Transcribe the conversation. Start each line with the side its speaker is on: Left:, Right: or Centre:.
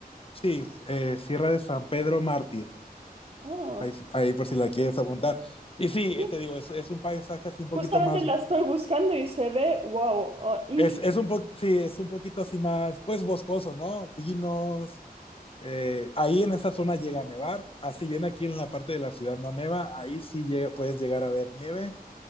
Left: sí, eh, Sierra de San Pedro Mártir,
Right: Ah,
Left: ahí, ahí por si la quieres apuntar. Y sí,
Right: sí.
Left: eh, te digo, es, es un paisaje así un
Right: Justamente
Left: poquito más,
Right: la estoy buscando y se ve, wow, ah, increíble.
Left: es, es un po sí, es un poquito así más, pues boscoso, ¿no? Pinos, Eh, ahí en esa zona llega a nevar, así bien aquí en la parte de la ciudad no neva, ahí sí llega, puedes llegar a ver nieve